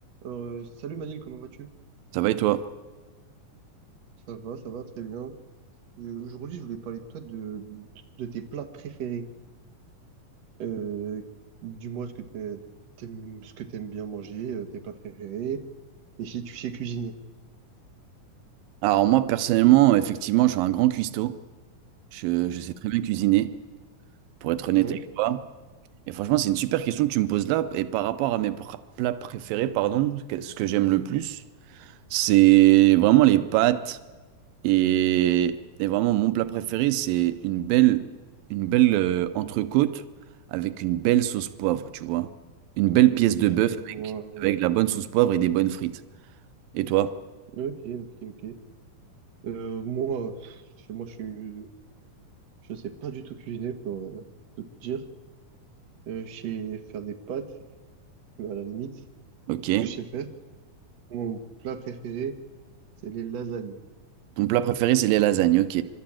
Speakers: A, on the right; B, on the right.
A: Euh, salut Manil, comment vas-tu?
B: Ça va et toi?
A: Ça va, ça va, très bien. Euh, Aujourd'hui, je voulais parler de toi de, de tes plats préférés. Euh, dis-moi ce que t'aimes, t'aimes- ce que t'aimes bien manger, euh, tes plats préférés, et si tu sais cuisiner.
B: Alors moi personnellement, effectivement, je suis un grand cuistot. Je, je sais très bien cuisiner, pour être honnête
A: Ah ouais?
B: avec toi. Et franchement, c'est une super question que tu me poses là. Et par rapport à mes pr- plats préférés, pardon, que- ce que j'aime le plus, c'est vraiment les pâtes. Et, et vraiment, mon plat préféré, c'est une belle, une belle euh, entrecôte avec une belle sauce poivre, tu vois. Une belle pièce de bœuf
A: Voilà.
B: avec, avec de la bonne sauce poivre et des bonnes frites. Et toi?
A: Ok, ok, ok. Euh, moi, je- moi, je suis, je sais pas du tout cuisiner pour euh, tout te dire. Euh, je sais faire des pâtes, mais à la limite,
B: Ok.
A: tout ce que je sais faire. Mon plat préféré, c'est les lasagnes.
B: Ton plat préféré, c'est les lasagnes. Ok.